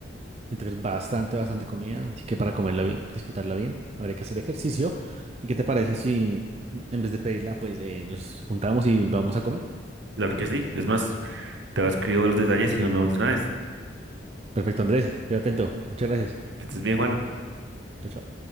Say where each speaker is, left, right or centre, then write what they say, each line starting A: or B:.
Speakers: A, on the right (about 35°); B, on the right (about 70°).
A: siento que es bastante, bastante comida. Así que para comerla, bi- disfrutarla bien, habría que hacer ejercicio. ¿Y qué te parece si en vez de pedirla, pues eh, nos juntamos y vamos a comer?
B: Claro que sí, es más. Te voy a escribir los detalles y nos vemos de una vez.
A: Perfecto, Andrés, quédate atento. Muchas gracias.
B: Que estés bien, Juan.
A: Chao, chao.